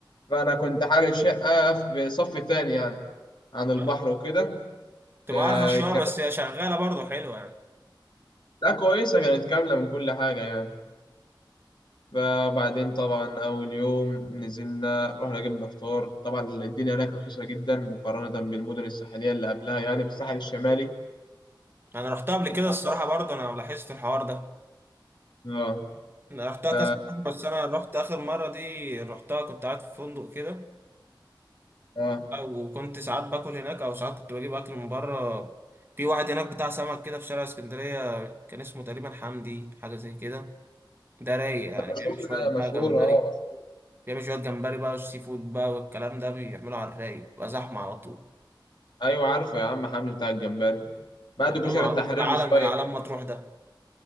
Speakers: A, on the left; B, on the right.
A: فأنا كنت حاجة شقة في صف تاني يعني عن البحر
B: بقى.
A: وكده
B: تبقى
A: آه،
B: ارخص شويه
A: كانت
B: بس هي شغاله برضه حلوه يعني
A: لا كويسة كانت كاملة من كل حاجة يعني فبعدين طبعا أول يوم نزلنا رحنا جبنا فطار طبعا الدنيا هناك رخيصة جدا مقارنة بالمدن الساحلية اللي قبلها يعني بالساحل الشمالي
B: انا رحتها قبل
A: انت
B: كده
A: عارف
B: الصراحه
A: طبعا
B: برضه انا لاحظت الحوار ده
A: اه
B: انا رحتها
A: ف
B: كذا مره بس انا رحت اخر مره دي رحتها كنت قاعد في فندق كده
A: اه
B: آه، وكنت ساعات باكل هناك او ساعات كنت بجيب اكل من بره في واحد هناك بتاع سمك كده في شارع اسكندرية كان اسمه تقريبا حمدي حاجة زي كده ده رايق يعني
A: ده مشهور
B: بيعمل شوية
A: ده
B: بقى
A: مشهور
B: جمبري
A: اه مشهور
B: بيعمل شوية جمبري بقى والسي فود بقى والكلام ده بيعمله على الرايق بيبقى زحمة على طول
A: ايوه عارفه يا عم حمدي بتاع الجمبري بعد
B: ده, ده
A: كشر
B: معروف
A: التحرير
B: ده عالم
A: بشويه
B: من أعلام
A: كده
B: مطروح ده